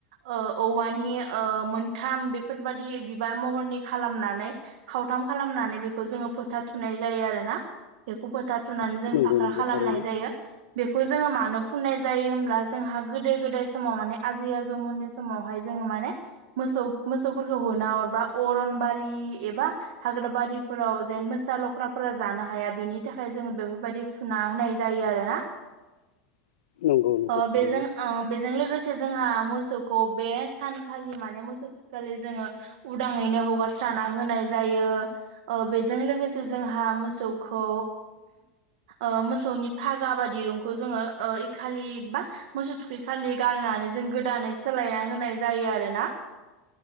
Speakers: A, on the right; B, on the left.
A: ओ औवा नि ओ मोनथाम बेफोरबादि बिबार महरनि खालामनानै खावथाम खालामनानै बेखौ जोङो फोथा थुनाय जायो आरो ना बेखौ फोथा थुनानै
B: नंगौ
A: जों फाख्रा
B: नंगौ
A: खालामनाय
B: थारैनो
A: जायो बेखौ जोङो मानो फुननाय जायो होमब्ला जोंहा गोदो-गोदाय समाव माने आजै-आजौमोननि समावहाय जोङो माने मोसौ-मोसौफोरखौ होना हरबा अरनबारि एबा हाग्राबारि फोराव जेन मोसा लख्राफोरा जानो हाया बिनि थाखाय जोंङो बेफोरबायाददि थुना होनाय जायो आरो ना?
B: <inaudible> <unintelligible> नंगौ नंगौ
A: ओ
B: थारैनो
A: बेजों ओ बेजों लोगोसे जोंहा मोसौखौ बे सानखालि माने मोसौ थुखैखालि जोङो उदाङैनो हगारस्राना होनाय जायो ओ बेजों लोगोसे जोंहा मोसौखौ ओ मोसौनि फागा बा दिरुंखौ जोङो ओ इखालि बा मोसौ थुखैखालि गारनानै जों गोदानै सोलायना होनाय जायो आरो ना